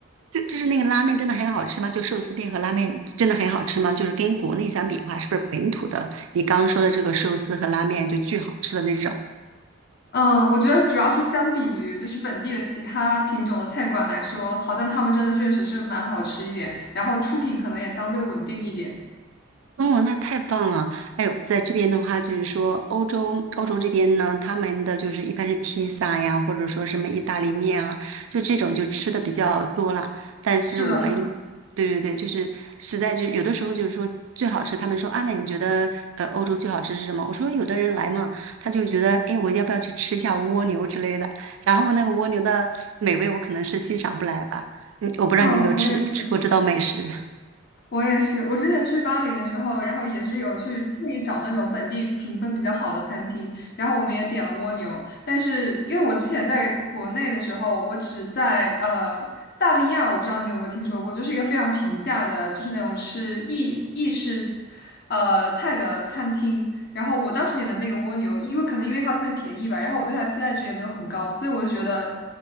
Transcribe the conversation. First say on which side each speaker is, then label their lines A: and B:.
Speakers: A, on the right (about 80°); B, on the left (about 55°).
A: 就就是那个拉面真的很好吃吗？就寿司店和拉面真的很好吃吗？就是跟国内相比的话，是不是本土的你刚刚说的这个寿司和拉面就巨好吃的那种？
B: 嗯，我觉得主要是相比于就是本地的其他品种的菜馆来说，好像他们真的确实是蛮好吃一点，然后出品可能也相对稳定一点。
A: 哦，那太棒了！哎呦，在这边的话，就是说欧洲，欧洲这边呢，他们的就是一般是披萨呀，或者说什么意大利面啊，就这种就吃的比较多了。但是我们，
B: 是的，是的。
A: 对对对，就是实在就有的时候就是说最好吃，他们说啊，那你觉得呃欧洲最好吃是什么？我说有的人来嘛，他就觉得哎，我要不要去吃一下蜗牛之类的？然后那个蜗牛的美味，我可能是欣赏不来吧。嗯，我不知道你有没有吃吃过这道美食。
B: 哦，我也是。我也是，我之前去巴黎的时候，然后也是有去特意找那种本地评分比较好的餐厅，然后我们也点了蜗牛，但是因为我之前在国内的时候，我只在呃萨利亚，我不知道你有没有听说过，就是一个非常平价的，就是那种是意意式呃菜的餐厅，然后我当时点的那个蜗牛，因为可能因为它特别便宜吧，然后我对它期待值也没有很高，所以我就觉得。